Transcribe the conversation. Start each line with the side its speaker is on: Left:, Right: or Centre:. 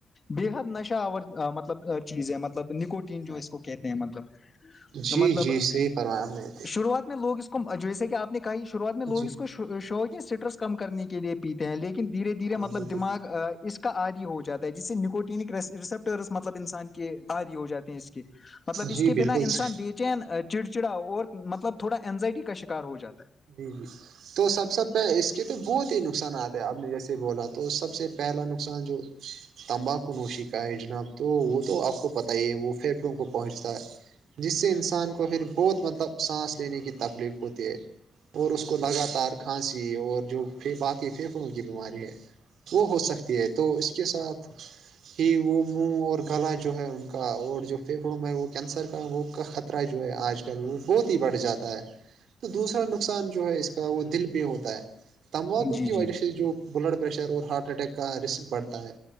Left: بے حد نشہ آور مطلب چیز <unintelligible> مطلب نکوٹین جو اس کو کہتے ہیں مطلب
Right: جی جی
Left: مطلب
Right: جی صحیح فرمایا آپ نے تو
Left: شروعات میں لوگ اس جیسے کہ آپ نے کہا شروعات میں لوگ
Right: جی
Left: اس کو شوق ہے اسٹریس کم کرنے کے لیے پیتے ہیں لیکن دھیرے دھیرے
Right: ہاں
Left: مطلب
Right: جی
Left: دماغ
Right: بالکل
Left: اس کا آدی ہو جا ہے جس سے نکوٹینک ریسپٹ مطلب انسان کے عادی ہو جاتے ہیں اس کے مطلب اس
Right: جی
Left: کے
Right: بالکل
Left: بنا انسان
Right: صحیح
Left: بیٹی چین چڑچڑاؤ اور مطلب تھوڑا انینزائٹی کا شکار ہو جاتا ہے
Right: جی جی <unintelligible> تو سب سے پہ اس کے تو بہت ہی نقصانات ہیں آپ نے جیسے بولا تو سب سے پہلا نقصان جو تمباکو نوشی کا ہے جناب تو وہ تو آپ کو پتہ ہی ہے وہ فھیفوں کو پہنچتا ہے جس سے انسان کو پھر بہت مطلب سانس لینے کی تکلیف ہوتی ہے اور اس کو لگاتار کھانسی اور جو پ باقی پ <unintelligible> ککڑوں کی بیماری ہے وہ ہو سکتی ہے تو اس کے ساتھ ہی وہ منہ اور گلا جو ہے ان کا اور جو پھیپھڑوں میں ہے وہ کینسر کا وہ کا خ <unintelligible> جو ہے آج کل وہ بہت ہی بڑھ جاتا ہے تو دوسرا نقصان جو ہے اس کا وہ دل پہ ہوتا ہے تمباکو
Left: جی جی
Right: کی وجہ
Left: جی
Right: سے جو بلڈ پریشر اور ہارٹ اٹیک کا رسک بڑھتا ہے